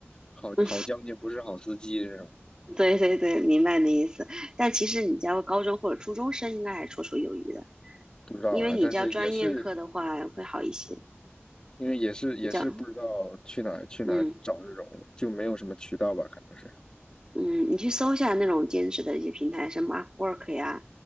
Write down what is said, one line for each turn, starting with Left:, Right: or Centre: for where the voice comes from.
Left: 好好将军，
Right: 嗯，
Left: 不是好司机这种，
Right: <laughs> 对对对，明白你的意思。但其实你家高中或者初中生应该还绰绰有余的，
Left: 不知道啊。
Right: 因为你教专业课的话会好一些。
Left: 但是也是因为也是也是不知道去哪儿去哪儿找这种，
Right: 你教，嗯
Left: 就没有什么渠道吧，可能是
Right: 嗯，你去搜一下那种兼职的一些平台，什么 Upwork 呀，